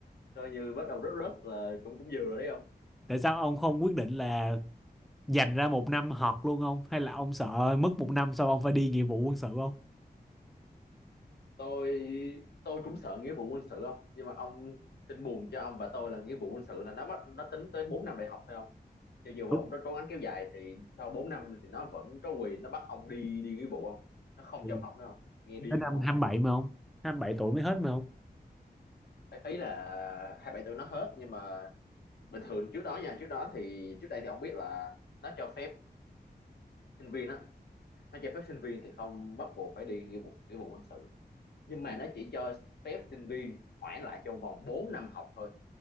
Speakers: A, on the left (about 75°); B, in the centre.
A: coi như bắt đầu rớt rớt là cũng cũng vừa rồi đấy không
B: tại sao ông không quyết định là dành ra một năm học luôn không hay là ông sợ mất một năm sau ông phải đi nghĩa vụ quân sự không
A: tôi tôi cũng sợ nghĩa vụ quân sự không nhưng mà ông tin buồn cho ông và tôi là nghĩa vụ quân sự là nó bắt nó tính tới 4 năm đại học phải không cho dù
B: Đúng.
A: ông có cố gắng kéo dài thì sau 4 năm thì nó vẫn có quyền nó bắt ông đi đi nghĩa vụ không nó không
B: Ừ.
A: cho ông học nữa không nghe điên
B: tới năm
A: không
B: hai
A: không
B: mươi bảy mà không 27 tuổi mới hết mà không
A: ý là hai bảy tuổi nó hết nhưng mà bình thường trước đó nha trước đó thì trước đây thì ông biết là nó cho phép sinh viên á nó cho phép sinh viên thì không bắt buộc phải đi nghĩa vụ nghĩa vụ quân sự nhưng mà nó chỉ cho phép sinh viên hoãn lại trong vòng 4 năm học thôi